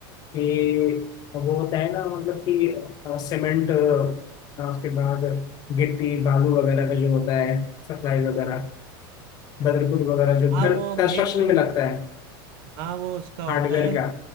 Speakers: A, on the left (about 35°); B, on the right (about 60°).
A: कि वो होता है ना मतलब कि अ, सीमेंट अ, उसके बाद गिट्टी बालू वगैरह का जो होता है सप्लाई वगैरह बदरपुर वगैरह जो
B: हाँ
A: घर
B: वो
A: कंस्ट्रक्शन
B: एक
A: में लगता है
B: हाँ वो उसका होता
A: हार्डवेयर
B: है
A: का